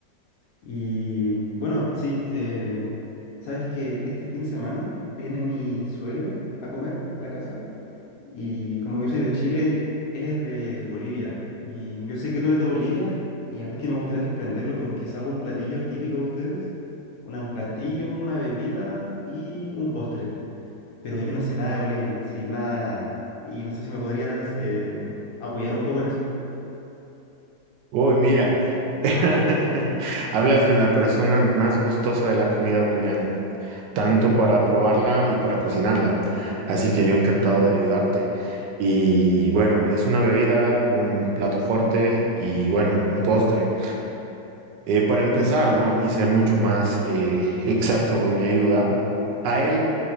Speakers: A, on the left; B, on the right.
A: Y bueno, sí, eh, sabes que este fin de semana viene mi suegro a comer a la casa y como yo soy de Chile, él es de Bolivia y yo sé que tú eres de Bolivia y la verdad es que me gustaría sorprenderlo con quizá algún platillo típico de ustedes, una- un platillo, una bebida y un postre, pero yo no sé nada de Bolivia, sí, nada de nada y no sé si me podrías eh, apoyar un poco en eso.
B: Uy, mira, <laughs> hablas con la persona más gustosa de la comida boliviana, tanto
A: Qué bueno.
B: para probarla y para cocinarla. Así que yo encantado de ayudarte. Y bueno, es una bebida, un plato fuerte y bueno, un postre. Eh, para empezar, ¿no? Y ser mucho más eh, exacto con mi ayuda, a él,